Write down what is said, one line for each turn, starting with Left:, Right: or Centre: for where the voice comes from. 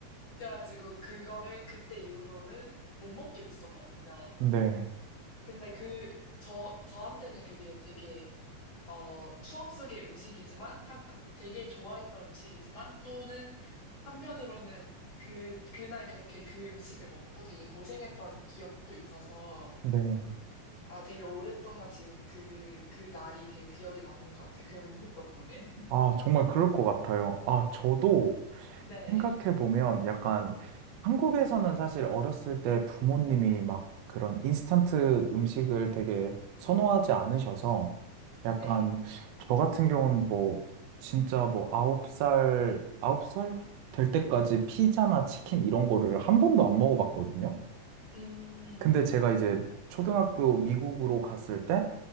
Left: 그래가지고 그거를 그때 이후로는 못 먹게 됐었거든요.
Right: 네,
Left: 근데 그, 저, 저한테는 그게 되게 어, 추억 속의 음식이지만, 한, 되게 좋아했던 음식이지만, 또는 한편으로는 그, 그날 그렇게 그 음식을 먹고 되게 고생했던 기억도 있어서,
Right: 네.
Left: 아, 되게 오랫동안 지금 그, 그 날이 되게 기억에 남는 것 같아요. 그 음식 덕분에. <laughs>
Right: 아, 정말 그럴 것 같아요. 아, 저도
Left: 네,
Right: 생각해보면 약간 한국에서는 사실 어렸을 때 부모님이 막 그런 인스턴트 음식을 되게 선호하지 않으셔서 약간
Left: 네.
Right: 저 같은 경우는 뭐 진짜 뭐 아홉 살, 아홉 살 될 때까지 피자나 치킨 이런 거를 한 번도 안 먹어봤거든요.
Left: 음,
Right: 근데 제가 이제 초등학교 미국으로 갔을 때